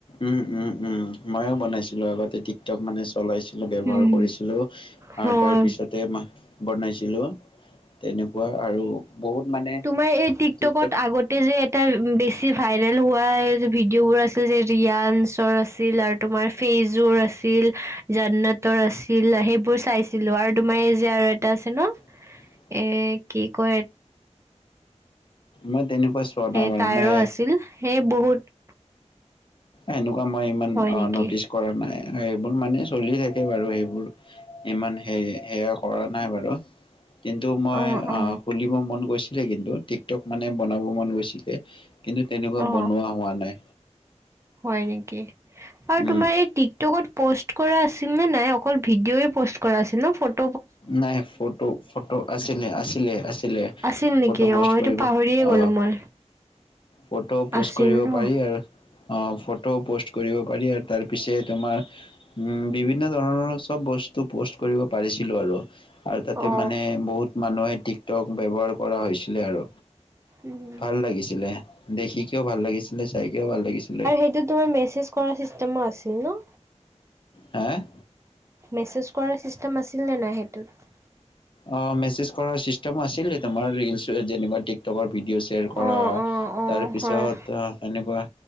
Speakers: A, on the left (about 45°); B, on the right (about 25°).
A: উম উম উম ময়ও বনাইছিলো আগতে টিকটক মানে চলাইছিলো। ব্যৱহাৰ
B: উম
A: কৰিছিলো
B: হয়
A: আৰু তাৰ পিছতে মাহ বনাইছিলো। তেনেকুৱা আৰু বহুত মানে-
B: তোমাৰ এই টিকটকত
A: টিকটক
B: আগতে যে এ বেছি ভাইৰেল হোৱা ভিডিঅ'বোৰ আছিল যে ৰিয়ানঞ্চৰ আছিল আৰু তোমাৰ- পিজোৰ আছিল জান্নাতৰ আছিল সেইবোৰ চাইছিলো আৰু তোমাৰ এই যে আৰু এটা আছে ন-
A: উ <inaudible>
B: এ কি কয়?
A: মই তেনেকুৱা চোৱা নাই
B: এ
A: বাৰু
B: তটাইৰো
A: মই
B: আছিল সে বহুত-
A: এনেকুৱা মই ইমান
B: হয়
A: অ
B: নেকি
A: নটিচ কৰা নাই এইবোৰ মানে চলি থাকে বাৰু সেইবোৰ- ইমান সেই সেয়া কৰা নাই বাৰু কিন্তু মই
B: অ অ
A: আহ শুলিব মন গৈছিলে কিন্তু ঠিক ক মানে বনাব মন গৈছিলে। কিন্তু তেনেকুৱা
B: অ
A: বনোৱা হোৱা নাই।
B: হয় নেকি আৰু
A: উম
B: তোমাৰ এই টিকটকত- প'ষ্ট কৰা আছিল নে নাই অকল ভিডিঅ' প'ষ্ট কৰা আছিল ন ফ
A: নাই ফটো ফটো আছিলে আছিলে আছিলে ফ-
B: আছিল নেকি
A: ফটো পোষ্ট
B: অ এইটো
A: কৰিব
B: পাহৰিয়ে
A: অ
B: গলো মই
A: ফটো পোষ্ট
B: আছিল
A: কৰিব
B: ন
A: পাৰি। আৰু অ ফটো পোষ্ট কৰিব পাৰি আৰু তাৰ পিছে তোমাৰ উম বিভিন্ন ধৰণৰ চব বস্তু পোষ্ট কৰিব পাৰিছিল। ছিলো আৰু আৰু তাতে
B: অ
A: মানে বহুত মানুহে টিকটক ব্যৱহাৰ কৰা হৈছিলে। আৰু
B: উম
A: ভাল লাগিছিলে দেখিকিয়ও ভাল লাগিছিলে চাই কিয়ও ভাল লাগিছিলে
B: এইটো তোমাৰ মেছেজ কৰা ছিষ্টেমো আছিল ন।
A: হে-
B: মেছেজ কৰাৰ ছিষ্টেম আছিলনে নাই সেইটোত
A: অ মেছেজ কৰাৰ চিষ্টেম আছিলে তোমাৰ ৰিলছ যেনিবা টিক কৰ ভিডিঅ' শ্বেয়াৰ কৰা
B: অ অ অ
A: তাৰ পিছত
B: হয়
A: এেনেকুৱা